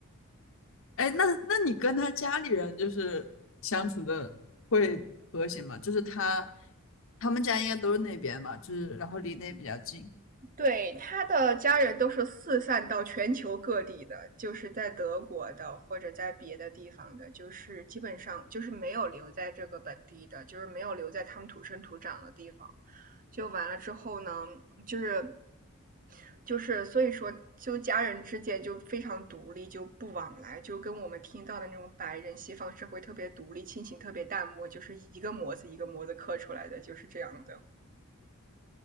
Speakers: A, on the left; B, on the right.
A: 哎，那那你跟他家里人就是相处的会和谐吗？就是他他们家应该都是那边吧，就是然后离得也比较近，
B: 对，他的家人都是四散到全球各地的，就是在德国的或者在别的地方的，就是基本上就是没有留在这个本地的，就是没有留在他们土生土长的地方。就完了之后呢，就是就是，所以说，就家人之间就非常独立，就不往来，就跟我们听到的那种白人西方社会特别独立，亲情特别淡漠，就是一个模子一个模子刻出来的，就是这样的。